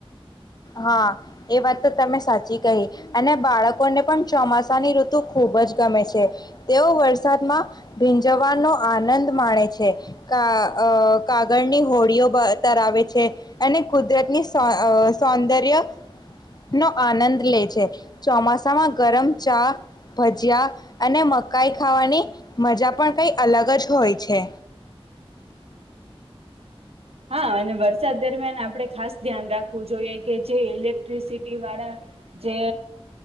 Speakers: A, on the left; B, on the right.
A: હા એ વાત તો તમે સાચી કહી અને બાળકોને પણ ચોમાસાની ઋતુ ખુબ જ ગમે છે તેઓ વરસાદમાં ભી જવાનો આનંદ માણે છે કા કાગળની હોડીઓ બાદ આવે છે અને કુદરત ની સો સૌંદર્ય નો આનંદ લે છે ચોમાસામાં ગરમ ચા ભજીયા અને મકાઈ ખાવાની મજા પણ કઈ અલગ જ હોય છે
B: હા અને વરસાદ દરમિયાન આપણે ખાસ ધ્યાન રાખવું જોઈએ કે જે ઇલેક્ટ્રિસિટી વાળા, જે